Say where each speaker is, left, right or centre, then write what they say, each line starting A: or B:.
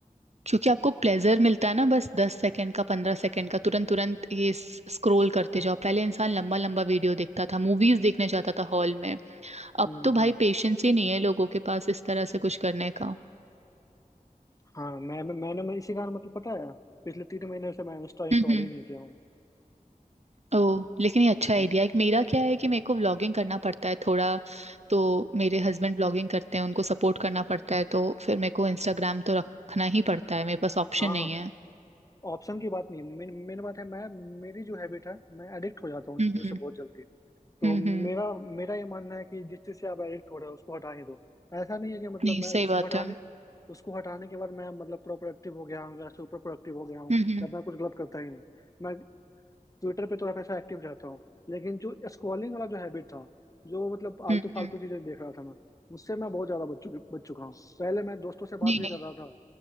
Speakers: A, on the right (about 50°); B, on the left (about 25°).
A: क्योंकि आपको प्लेजर मिलता है ना बस दस सेकंड का पंद्रह सेकंड का तुरंत तुरंत ये स्क्रोल करते जाओ पहले इंसान लंबा लंबा वीडियो देखता था मूवीज देखने जाता था हॉल में
B: हम्म
A: अब तो
B: हम्म
A: भाई पेशेंस ही नहीं है लोगों के पास इस तरह से कुछ करने का
B: हाँ मैं मैं- मैंने मैं इसी कारण मतलब पता है पिछले तीन महीने से मैं इंस्टा इंस्टॉल
A: हम्म हम्म
B: ही नहीं किया हूँ
A: ओह लेकिन ये अच्छा आइडिया
B: हम्म,
A: है मेरा क्या है कि मेरे को व्लॉगिंग करना पड़ता है थोड़ा तो मेरे हस्बैंड व्लॉगिंग करते हैं उनको सपोर्ट करना पड़ता है तो फिर मेरे को इंस्टाग्राम तो रखना ही पड़ता है मेरे पास ऑप्शन
B: हाँ
A: नहीं
B: हाँ
A: है
B: ऑप्शन की बात नहीं मेन मेन बात है मैं मेरी जो हैबिट है मैं एडिक्ट हो जाता हूँ चीज़ों
A: हम्म
B: से
A: हम्म
B: बहुत जल्दी तो
A: हम्म हम्म,
B: मेरा मेरा ये मानना है कि जिस चीज़ से आप एडिक्ट हो रहे हो उसको हटा ही दो ऐसा नहीं है कि मतलब
A: नहीं
B: मैं
A: सही
B: उसको
A: बात
B: हटाने
A: है
B: उसको हटाने के बाद मैं मतलब प्रोडक्टिव हो गया हूँ या सुपर प्रोडक्टिव हो गया हूँ
A: हम्म हम्म
B: या मैं कुछ गलत करता ही नहीं मैं ट्विटर पे तो हमेशा एक्टिव रहता हूँ लेकिन जो स्क्रॉलिंग वाला जो हैबिट था जो मतलब आलतू
A: हम्म
B: फालतू
A: हम्म,
B: चीजें देख रहा था मैं उससे मैं बहुत ज्यादा बच चुकी बच चुका हूँ पहले मैं दोस्तों से बात
A: नहीं
B: भी
A: नहीं
B: कर रहा था